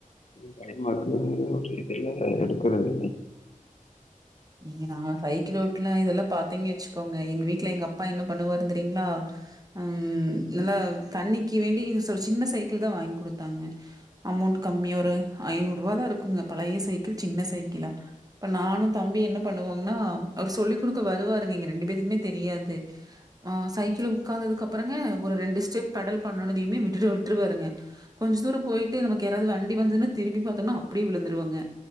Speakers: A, on the left; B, on the right.
A: பயமா இருக்கு அதனால வண்டியே எடுக்கறது இல்லங்க
B: இங்க நா சைக்கிள் ஓட்னா இதல்லா பாத்தீங்க வெச்சுக்கோங்க எங்க வீட்ல எங்க அப்பா என்ன பண்ணுவரு தெரியுங்ளா ம் நல்லா தண்ணிக்கு வேண்டி ஒரு சின்ன சைக்கிள் தா வாய்ங் குடுத்தாங்க அமௌண்ட் கம்மியா ஒரு ஐநூறுவாதா இருக்குங்க பழைய சைக்கிள் சின்ன சைக்கிளா அப்ப நானு தம்பி என்ன பண்ணுவோங்னா அவர் சொல்லி குடுக்க வருவாருங்க எங்க ரெண்டு பேருத்துக்குமே தெரியாது அவ சைக்கிள்ல உக்காந்ததுக் அப்பறங்க ஒரு ரெண்டு ஸ்டெப் பெடல் பண்ணெனதியுமே விட்டுடு விட்ருவாருங்க கொஞ்சோ தூர போய்ட்டு நமக்கு யராது வண்டி வந்துதுனு திரும்பி பாத்தோனா அப்டியே விழுந்துருவோங்க